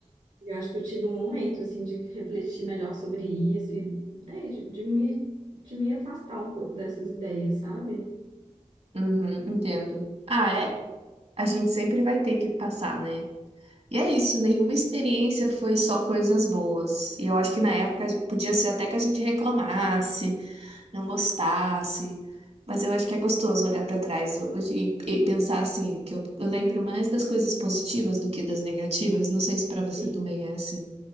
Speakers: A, on the right; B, on the right.
A: eu acho que eu tive um momento, assim, de refletir melhor sobre isso e, é, de, de me, de me afastar um pouco dessas ideias, sabe?
B: Uhum, entendo. Ah, é. A gente sempre vai ter que passar, né? E é isso, nenhuma experiência foi só coisas boas. E eu acho que na época podia ser até que a gente reclamasse não gostasse. Mas eu acho que é gostoso olhar para trás hoje e, e pensar assim, que eu, eu lembro mais das coisas positivas do que das negativas. Não sei se para você
A: Sim,
B: também é assim.